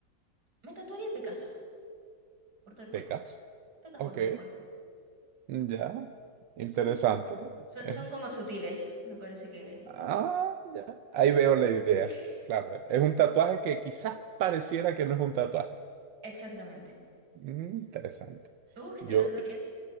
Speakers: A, on the right; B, on the right.
A: me tatuaría pecas por todo el cuerpo.
B: ¿Pecas?
A: Pecas
B: Ok,
A: por todo el cuerpo.
B: ya. Interesante.
A: Son, son,
B: <laughs>
A: son como sutiles, me parece que.
B: Ah, ya. Ahí veo la idea.
A: <laughs>
B: Claro, es un tatuaje que quizás pareciera que no es un tatuaje.
A: Exactamente.
B: Mm, interesante.
A: ¿Vos qué
B: Yo
A: te tatuarías?